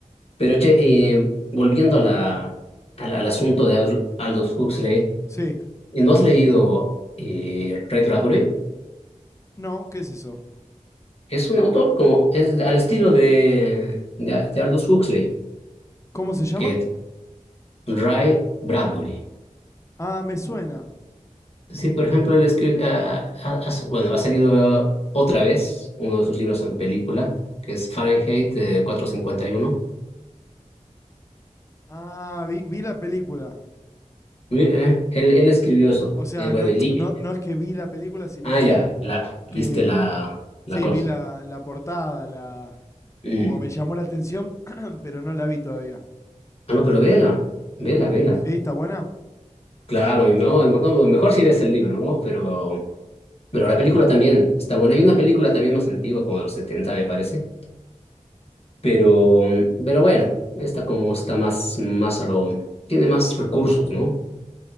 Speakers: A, on the left; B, on the left.
A: Pero che, eh, volviendo a la, al, al asunto de Al- Aldous Huxley,
B: Sí.
A: ¿y ¿no has leído eh, Ray Bradbury?
B: No, ¿qué es eso?
A: Es un autor como, es al estilo de, de, de Aldous Huxley,
B: ¿Cómo se llama?
A: que Ray Bradbury.
B: Ah, me suena.
A: Sí, por ejemplo, él escri- ha, ha- ha- bueno, ha salido otra vez uno de sus libros en película, que es Fahrenheit eh, 451.
B: Ah, vi, vi la película.
A: Mi- eh, él, él escribió eso.
B: O sea,
A: Eh, bueno,
B: no,
A: el li-
B: no, no es que vi la película, sino
A: ah,
B: que,
A: ya, la,
B: que
A: viste la, la
B: sí,
A: cosa.
B: vi la, la portada, la,
A: Mm.
B: como que me llamó la atención, <clears throat> pero no la vi todavía.
A: Ah, no, pero vela, vela, vela.
B: ¿Sí? ¿Está buena?
A: Claro, y no, no, no, mejor si lees el libro, ¿no? Pero, pero la película también está buena. Hay una película también más antigua, como de los 70 me parece. Pero, pero bueno, esta como está más, más a lo... Tiene más recursos, ¿no?